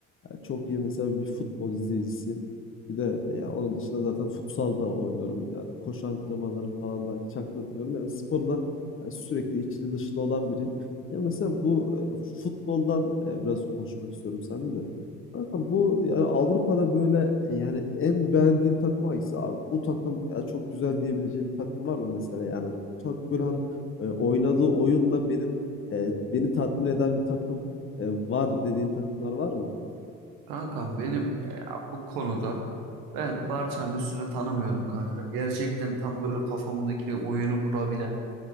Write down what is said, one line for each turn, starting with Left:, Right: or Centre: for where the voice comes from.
Left: Yani çok iyi mesela bir futbol izleyicisiyim. Bir de e, ya onun dışında zaten futsal da oynuyorum. Yani koşu antrenmanlarım falan da hiç aklatmıyorum. Yani sporla yani sürekli içli dışlı olan biriyim. Ya mesela bu e, futboldan e, biraz konuşmak istiyorum seninle de. Kanka bu yani Avrupa'da böyle e, yani en beğendiğin takım hangisi abi? Bu takım ya çok güzel diyebileceğim bir takım var mı mesela yani? Çok böyle hani e, oynadığı oyunla benim e, beni tatmin eden bir takım e, var dediğin takımlar var mı?
Right: Kankam benim e, bu konuda ben Barça'nın üstüne tanımıyorum kanka. Gerçekten tam böyle kafamdaki oyunu kurabilen,